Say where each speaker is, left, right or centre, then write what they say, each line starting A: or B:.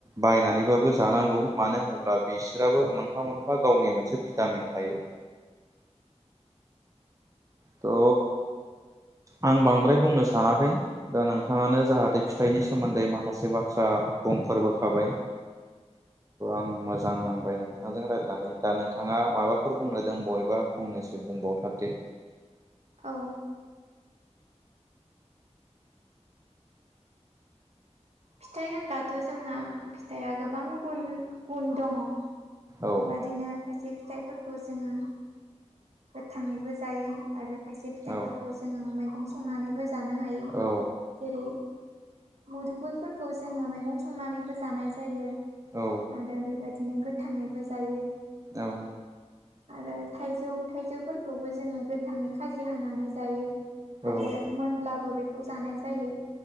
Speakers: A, on the right; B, on the right.
A: बायनानैबाबो जानांगौ मानो होनोब्ला बिसोराबो मोनफा मोनफा गावनि मोनसे भिटामिन थायो। त' आं बांद्राय बुंनो सानाखै दा नोंथाङानो जाहाथे फिथाइनि सोमोन्दै माखासे बाथ्रा बुं फोरबो थाबाय आं मोजां नांबाय नोंथांजों रायलायनानै दा नोंथाङा माबाफोर बुंनो दं बबेबा फंनैसो बुंदों। ओ नोंथां दे
B: औ फिथाइ होनब्लाथ' जोंना फिथाइआ गोबां गुन गुन दङ।
A: औ
B: बेबादिनो खायसे फिथाइफोरखौ जोङो गोथाङैबो जायो आरो खायसे फिथाइफोरखौ
A: औ
B: जोङो मैगं संनानैबो जानो हायो
A: औ
B: जेरै मुदुफुलफोरखौ जोङो मैगं संनानैबो जानाय जायो
A: औ
B: आरो बेबायदि बिदिनो गोथाङैबो जायो।
A: औ
B: आरो थाइजौ थाइजौफोरखौबो जोङो गोथाङै खाजि हानानै जायो।
A: औ
B: आरो मोनब्लाबो बेखौ जानाय जायो।